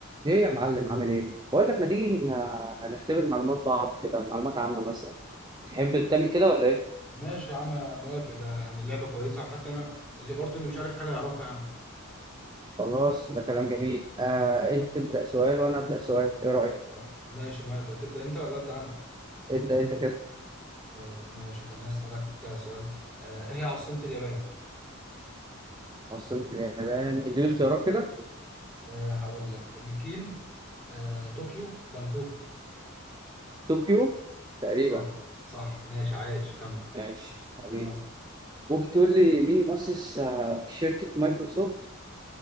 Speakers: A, on the right (about 20°); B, in the centre.
A: ايه يا معلم عامل ايه؟ بقول لك ما تيجي ن- نختبر معلومات بعض كده معلومات عامة مثلا تحب تعمل كده ولا ايه؟
B: ماشي يا عم انا موافق ده يعني اللعبه كويسه وحتى انا اللي برضو اللي مش عارف حاجه يعرفها يعني
A: خلاص ده كلام جميل آه انت تبدأ سؤال وانا أبدأ سؤال ايه رأيك؟
B: آه، ماشي موافق تبدا انت ولا ابدا انا
A: ابدأ انت كده
B: طيب ماشي خليني اسالك سؤال آه، ايه هي عاصمه اليابان
A: عاصمة اليابان اديني اختيارات كده
B: أه هقول لك بكين أه طوكيو بانكوك
A: طوكيو تقريبا
B: صح صح ماشي عايش كمل
A: ماشي حبيبي
B: يلا اسأل.
A: ممكن تقول لي مين مؤسس آه، شركة مايكروسوفت